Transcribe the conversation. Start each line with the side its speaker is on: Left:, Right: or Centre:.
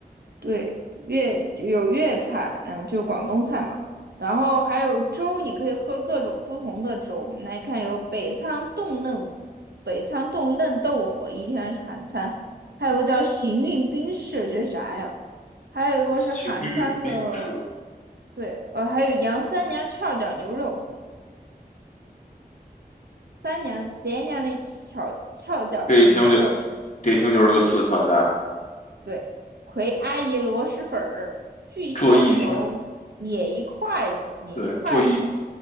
Right: 对，粤有粤菜，然后就广东菜嘛，然后还有粥，你可以喝各种不同的粥。我们来看，有北仓冻嫩，北仓冻嫩豆腐，一天是韩餐，还有个叫行运冰室，这是啥呀？还有一个是韩餐的
Left: 行运冰式，
Right: 对，呃，还有杨三娘翘脚牛肉，三娘三娘的翘翘脚牛肉，
Left: 这一听就，这一听就是个四川菜，
Right: 对，葵阿姨螺蛳粉儿，聚仙楼捻一筷子，
Left: 这一听，
Right: 捻一筷子是
Left: 对，这一